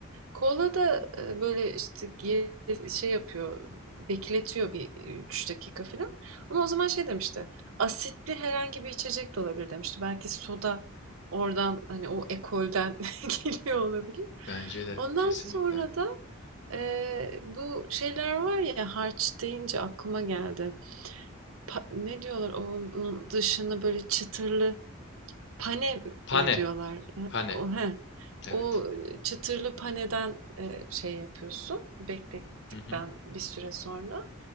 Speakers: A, on the right; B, on the left.
A: Kola da, eee, böyle, işte, ge şey yapıyor, bekletiyor bir 3 dakika filan ama o zaman şey demişti, asitli herhangi bir içecek de olabilir demişti. Belki soda Oradan, hani, o ekolden <laughs> geliyor olabilir.
B: Bence de
A: Ondan
B: kesinlikle.
A: sonra da, eee, bu şeyler var ya, harç deyince aklıma geldi. Pa ne diyorlar onun dışını böyle çıtırlı pane
B: Pane.
A: mi diyorlar?
B: Pane.
A: o he,
B: Evet.
A: O çıtırlı paneden, eee, şey yapıyorsun, beklettikten
B: Hı hı.
A: bir süre sonra.